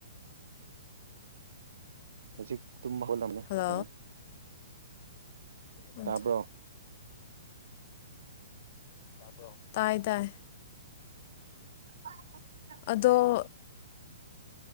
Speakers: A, on the right (about 75°); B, on the left (about 45°).
A: ꯍꯧꯖꯤꯛ ꯇꯨꯝ ꯍꯣꯜꯅ
B: ꯍꯜꯂꯣ
A: ꯀꯅꯦ
B: ꯑꯣ
A: ꯇꯥꯕ꯭ꯔꯣ
B: ꯑꯣ ꯇꯥꯏ ꯇꯥꯏ
A: <unintelligible>
B: ꯑꯣ